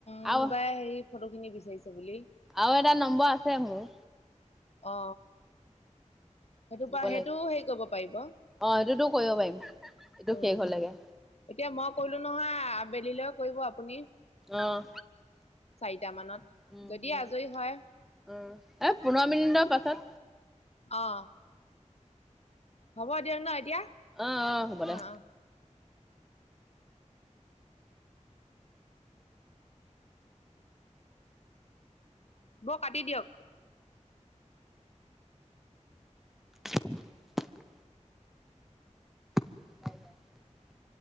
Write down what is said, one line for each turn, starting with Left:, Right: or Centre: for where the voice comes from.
Left: মোনোবাই
Centre: আৰু
Left: হেই ফটো খিনি বিচাৰিছে বুলি
Centre: আৰু এটা নম্বৰ আছে মোৰ
Left: অ সেইটো
Centre: দিব
Left: পৰা
Centre: লাগিব।
Left: এইটোও হেৰি কৰিব পাৰিব উম
Centre: অ এইটোতো কৰিব পাৰিম এইটো
Left: এতিয়া
Centre: শেষ হলেগে
Left: মই কৰিলো নহয় আবেলিলৈ কৰিব আপুনি
Centre: আহ
Left: চাৰিটা মানত
Centre: উম
Left: যদি
Centre: উম উম-এ
Left: আজৰি হয়
Centre: পোন্ধৰ মিনিটৰ পাত পাছত
Left: অ হ'ব দিয়ক ন এতিয়া?
Centre: আহ আহ হ'ব দে।
Left: অ অ বৌ কাটি দিয়ক।
Centre: <unintelligible> <unintelligible>